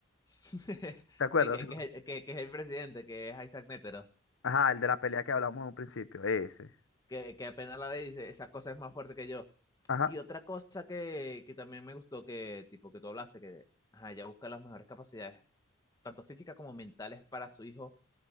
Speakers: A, on the left; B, on the left.
A: <laughs>
B: ¿Te acuerdas?
A: Sí, que,
B: Sí.
A: que es el, que, que es el presidente, que es Isaac Netero,
B: Ajá, el de la pelea que hablamos en un principio, ese.
A: que, que apenas la ve y dice, esa cosa es más fuerte que yo.
B: Ajá.
A: Y otra cosa que, que también me gustó, que tipo que tú hablaste, que ajá, ella busca las mejores capacidades, tanto físicas como mentales, para su hijo,